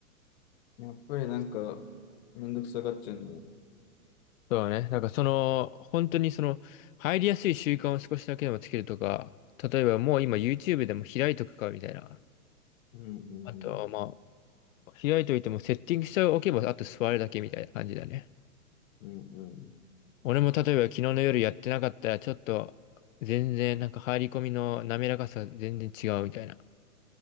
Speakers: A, on the left (about 45°); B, on the left (about 60°).
A: やっぱりなんかめんどくさがっちゃうんだよね。
B: そうだね。なんかその、本当にその、入りやすい習慣を少しだけでもつけるとか、例えばもう今 YouTube でも開いとくかみたいな。
A: うん
B: あとはま
A: うん
B: あ、開いといてもセッティングしておけば、あと座るだけみたいな感じだね。
A: うんうん
B: 俺も例えば昨日の夜やってなかったら、ちょっと全然なんか入り込みの滑らかさ全然違うみたいな